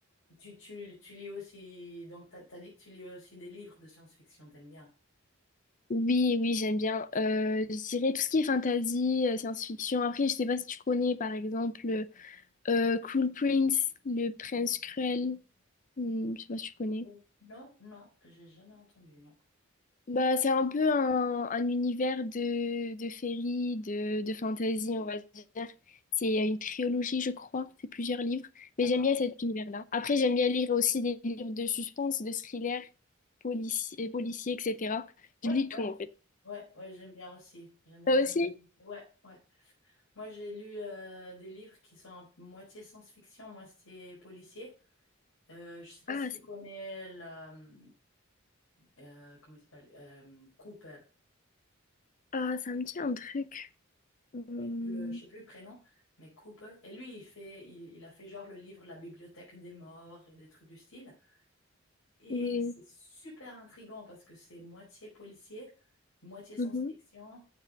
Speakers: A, on the left; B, on the left.
A: tu, tu, tu lis aussi, donc t'as, t'as dit que tu lis aussi des livres de science-fiction, t'aimes bien?
B: Oui, oui, j'aime bien. Euh, je dirais tout ce qui est fantasy, euh, science-fiction. Après, je sais pas si tu connais, par exemple, euh, Cool Prince, le prince cruel. Hmm, je sais pas si tu connais.
A: Mm. Non, non, j'ai jamais entendu, non.
B: Bah, c'est un peu un, un univers de, de féerie, de, de fantasy, on va dire. C'est une trilogie, je crois. C'est plusieurs livres.
A: D'accord.
B: Mais j'aime bien cet univers-là. Après, j'aime bien lire aussi des livres de suspense, de thriller, policier, policier, etc.
A: Ouais,
B: Je lis
A: ouais.
B: tout, en fait.
A: Ouais, ouais, j'aime bien aussi. J'aime bien
B: Toi
A: aussi.
B: aussi?
A: Ouais, ouais. Moi, j'ai lu euh, des livres qui sont à moitié science-fiction, moitié policier. Euh, je sais pas
B: Ah,
A: si tu
B: c'est-
A: connais la, euh, euh, comment il s'appelle Euh, Cooper.
B: ah, ça me dit un truc. Hum,
A: Je sais plus le, je sais plus le prénom, mais Cooper. Et lui, il fait, il, il a fait genre le livre La Bibliothèque des morts et des trucs du style. Et
B: oui.
A: c'est super intriguant parce que c'est moitié policier, moitié science-fiction,
B: Mhm.